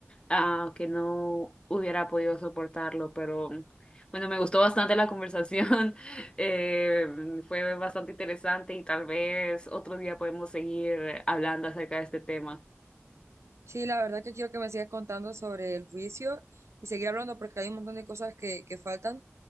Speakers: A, on the left (about 20°); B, on the right (about 75°).
A: ah, que no hubiera podido soportarlo, pero mm, bueno, me gustó bastante la conversación, <laughs> eh, fue bastante interesante y tal vez otro día podemos seguir hablando acerca de este tema.
B: Sí, la verdad que quiero que me sigas contando sobre el juicio y seguir hablando porque hay un montón de cosas que, que faltan